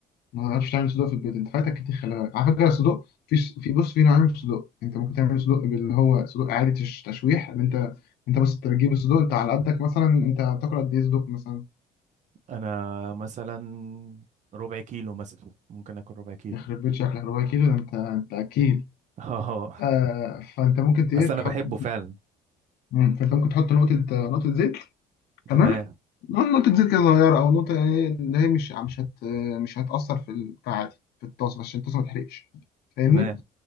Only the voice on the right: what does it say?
انا مثلا ربع كيلو مثلا ممكن اكل ربع كيلو
<laughs> اه
اصل انا
بحبه فعلا
تمام
تمام